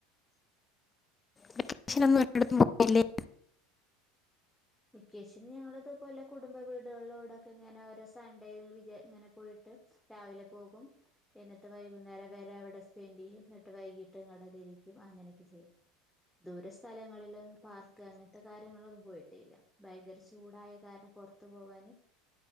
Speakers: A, on the left; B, in the centre.
A: വെക്കേഷൻ ഒന്നും ഒരിടത്തും പോയില്ലേ
B: വെക്കേഷന് ഞങ്ങള്ത്പോലെ കുടുംബവീടുകളിലോടൊക്കെ ഇങ്ങനെ ഓരോസൺഡേവിജഇങ്ങന പോയിട്ട് രാവിലെ പോകും എന്നിട്ട് വൈകുന്നേരം വരെ അവിടെ സ്പെൻഡ്യ്യുംന്നിട്ട് വൈകീട്ട് ഇങ്ങടെ തിരിക്കും അങ്ങനെയൊക്കെ ചെയ്യ ദൂരെസ്ഥലങ്ങളില് പാർക്ക് അങ്ങൻത്തെ കാര്യങ്ങളൊന്നും പോയി ട്ടില്ല ഭയങ്കരചൂടായകാരണം പൊർത്ത് പോവാന്